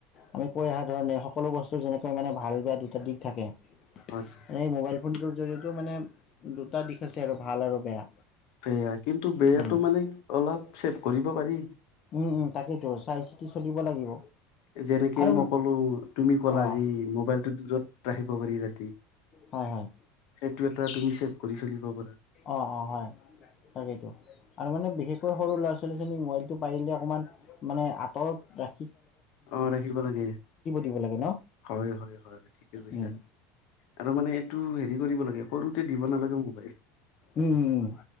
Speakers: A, on the left; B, on the left.
A: আমি কৈ অহা ধৰণে সকলো বস্তু যেনেকৈ মানে ভাল বেয়া দুটা দিশ থাকে।
B: হয় হয়।
A: মানে মাইবাইল ফোনটোৰ জৰিয়তেও মানে দুটা দিশ আছে আৰু ভাল আৰু বেয়া।
B: সেয়া কিন্তু বেয়াটো
A: উম
B: মানে অলপ চেভ কৰিব পাৰি।
A: উম উম তাকেইতো চাই চিতি চলিব লাগিব
B: যেনেকে
A: আৰু
B: মই ক'লো তুমি ক'লা
A: অঁ
B: যে মোবাইলটো দূৰত ৰাখিব আহিব পাৰি ৰাতি
A: হয় হয়
B: সেইটো এটা তুমি চ কৰি চাকিব পাৰ
A: অ অ হয় তাকেইতো আৰু মানে বিশেষকৈ সৰু ল'ৰা ছোৱালী মোবাইলটো পাৰিলে অকমান। মানে আঁতৰত ৰাখ।
B: অ ৰাখিব লাগে
A: দিব লাগে ন
B: হয় হয় হয় ঠিকে কৈছা
A: উম
B: আৰু মানে এইটো হেৰি কৰিব লাগে সৰুতে দিব নালাগে মোবাইল।
A: উম উম